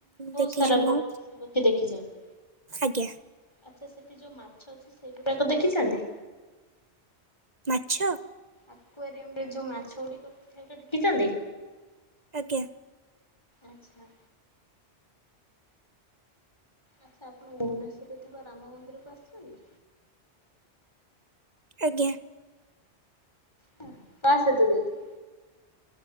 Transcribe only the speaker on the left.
ବହୁତ
ସାରା
ପକ୍ଷୀ ପକ୍ଷୀ ଦେଖିଛନ୍ତି
ଆଚ୍ଛା ସେଠି ଯୋଉ ମାଛ ଅଛି ସେଇଗୁଡାକ ଦେଖିଛନ୍ତି?
ଆକୁଆରିଅମ୍ ରେ ଯୋଉ ମାଛ ଗୁଡିକ ଅଛି ସେଗୁଟା ଦେଖିଛନ୍ତି
ଆଚ୍ଛା। ଆଚ୍ଛା ଆପଣ ଭୁବନେଶ୍ୱରରେ ଥିବା ରାମ ମନ୍ଦିରକୁ ଆସିଛନ୍ତି?
କାହା ସହିତ ଯାଇଥିଲେ?